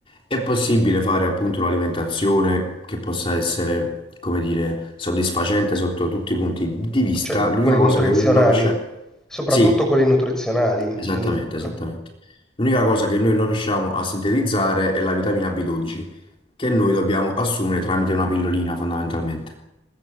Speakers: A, on the left; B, in the centre.
A: È possibile fare appunto un'alimentazione che possa essere, come dire, soddisfacente sotto tutti i punti di vista.
B: Cioè,
A: L'unica
B: quelli
A: cosa
B: nutrizionali,
A: che noi non riusciamo...
B: soprattutto
A: Sì,
B: quelli nutrizionali.
A: esattamente,
B: mm. Ah,
A: esattamente. L'unica cosa che noi non riusciamo a sintetizzare è la vitamina B12, che noi dobbiamo assumere tramite una pillolina fondamentalmente.